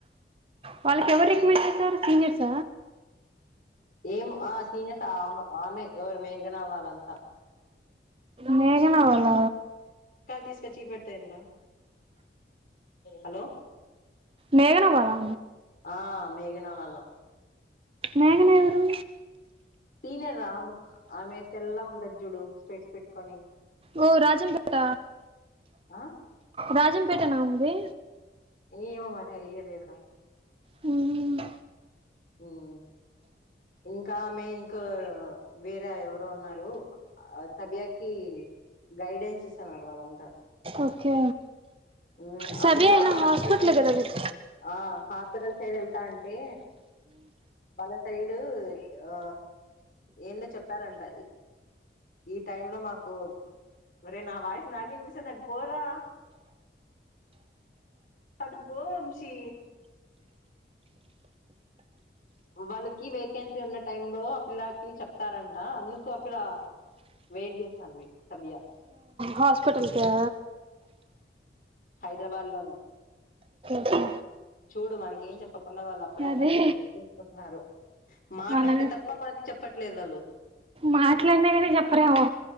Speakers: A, on the right; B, on the left.
A: వాళ్ళకి ఎవరు రికమెండ్ చేసారు సీనియర్స
B: ఏం ఆ సీనియర్స్ ఆ ఆమె ఎవరు మేఘన వాళ్ళంతా
A: మేఘన వల్ల
B: తీసుక చీ పెడతాయిందరా హలో
A: మేఘనా వాాలా
B: ఆ మేఘనా వాళ్లే
A: మేఘన ఎవరు
B: సీనియర్ రా ఆమె తెల్ల ఉండదు చుడు స్పెట్స్ పెట్టుకొని
A: ఓ రాజంపేట
B: ఆ
A: రాజం పెటనా ఆమెది
B: ఏమో మరి హైలి అల్ ఇద్ర
A: హ్మ్ మ్మ్
B: హ్మ్ ఇంకా ఆమె ఇంకా వేరే ఎవరో ఉన్నారు ఆ సభ్యకి గైడెన్స్ ఇస్తున్నారు వాళ్ళంతా
A: ఓకే
B: హ్మ్
A: సబి
B: ఆ పిల్ల
A: అయినా
B: హాస్పిటల్ సైడ్
A: కదా మీరు
B: ఆ హాస్పిటల్ సైడ్ ఎళ్తాంటే మళర్ సైడు ఆ ఏందో చెప్పారంట ఈ టైమ్ లో మాకు ఒరేయ్ నా వాయిస్ నాకే వినిపిస్తుంది అటు పోరా అటు పో వంశీ వాళ్ళకి వేకెన్సీ ఉన్న టైమ్ లో ఆ పిల్లకి చెప్తారంట అందుకు ఆ పిల్ల వెయిట్ చేస్తాంది. సబ్యా
A: హాస్పిటల్ కా
B: హైదరాబాద్ లోనే
A: ఓకే
B: చూడు మనకి ఏం చెప్పక్ ఉన్నవాళ్ళ అప్పుడె అన్నీ
A: అదే
B: కొట్టినారు మాట్లాడితే
A: మనం
B: తప్ప మనక్ చెప్ చెప్పట్లేదాళ్ళు
A: మాట్లాడినా కానీ చెప్పరెమో